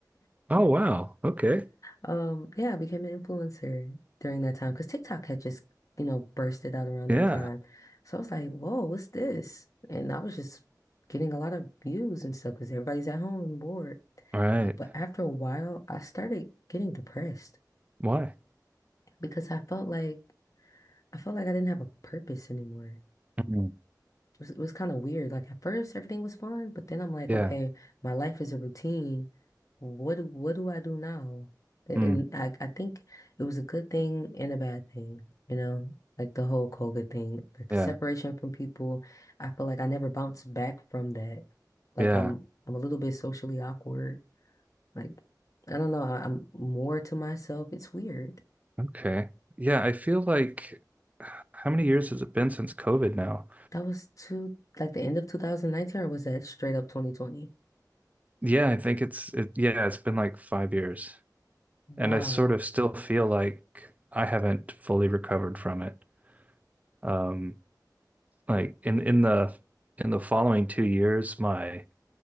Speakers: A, on the right; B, on the left.
A: Oh, wow. Okay.
B: Um, yeah, I became an influencer during that time because TikTok had just, you know, bursted out around
A: Yeah.
B: that time. So I was like, whoa, what's this? And I was just getting a lot of views and stuff because everybody's at home and bored.
A: All right.
B: But after a while, I started getting depressed
A: Why?
B: because I felt like I felt like I didn't have a purpose anymore.
A: Mm.
B: It was, it was kind of weird. Like at first everything was fun, but then I'm like,
A: Yeah.
B: okay, my life is a routine. What do- what do I do now? And
A: Mm.
B: I, I think it was a good thing and a bad thing, you know, like the whole COVID thing, like the
A: Yeah.
B: separation from people. I feel like I never bounced back from that. Like
A: Yeah.
B: I'm I'm a little bit socially awkward. Like I don't know, I, I'm more to myself. It's weird.
A: Okay. Yeah. I feel like how many years has it been since COVID now?
B: That was two like the end of 2019 or was that straight up 2020?
A: Yeah, I think it's it yeah, it's been like five years.
B: Wow.
A: And I sort of still feel like I haven't fully recovered from it. Um like in in the in the following two years, my